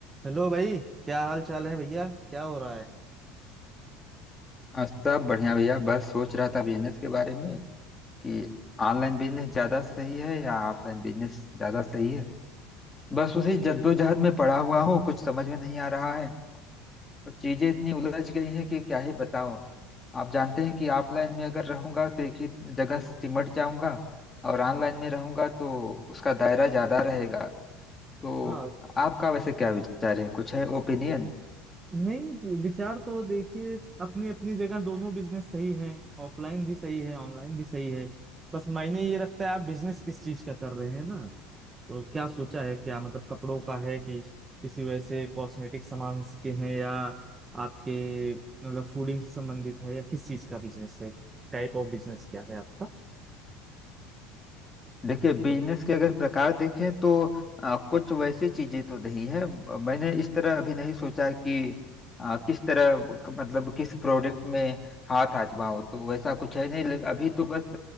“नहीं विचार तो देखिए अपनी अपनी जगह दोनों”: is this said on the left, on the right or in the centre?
Right